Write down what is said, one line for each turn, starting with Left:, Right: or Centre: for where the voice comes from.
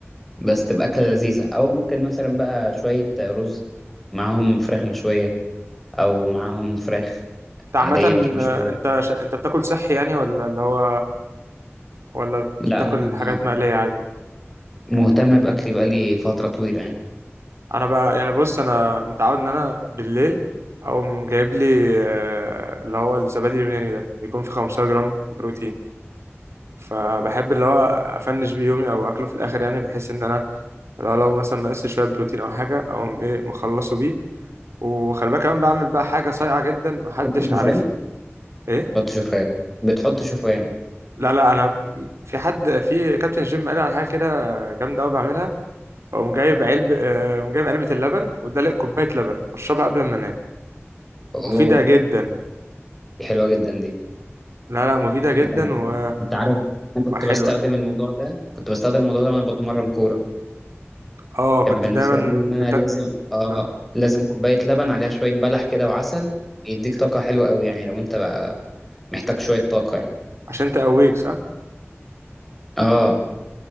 Centre: بس تبقى أكلة لذيذة أو ممكن مثلا بقى شوية رز معاهم فراخ مشوية أو معاهم فراخ
Right: انت عامه
Centre: عادية مش مشوية
Right: آه، انت ش... انت بتاكل صحي يعني ولا اللي هو ولا بتاكل
Centre: لا أنا
Right: حاجات مقليه عادي
Centre: مهتم بأكلي بقالي فترة طويلة يعني
Right: انا بقى يعني بص انا متعود ان انا بالليل اقوم جايب لي آه، اللي هو الزبادي اليوناني ده بيكون فيه 15 جرام بروتين فبحب اللي هو افنش بيه يومي او اكله في الاخر يعني بحيث ان انا لو لو مثلا ناقص لي شويه بروتين او حاجه او ايه مخلصه بيه وخلي بالك كمان بعمل بقى حاجه صايعه جدا محدش
Centre: حط شوفان
Right: عارفها ايه
Centre: حط شوفان بتحط شوفان
Right: لا لا انا في حد في كابتن الجيم قال لي على حاجه كده جامده قوي بعملها اقوم جايب علب آه، قوم جايب علبه اللبن ودلق كوبايه لبن واشربها قبل ما انام
Centre: أوه
Right: مفيده جدا
Centre: دي حلوة جدا دي
Right: لا لا مفيده جدا
Centre: أنت
Right: و...
Centre: أنت عارف أنا كنت
Right: وحلوه
Centre: بستخدم الموضوع ده كنت بستخدم الموضوع ده وأنا بتمرن كورة
Right: اه
Centre: كان
Right: كنت
Centre: بالنسبة
Right: دايما
Centre: لي إن أنا
Right: بت...
Centre: لازم آه
Right: آه،
Centre: لازم كوباية لبن عليها شوية بلح كده وعسل يديك طاقة حلوة أوي يعني لو أنت بقى محتاج شوية طاقة يعني
Right: عشان تقويك صح
Centre: آه،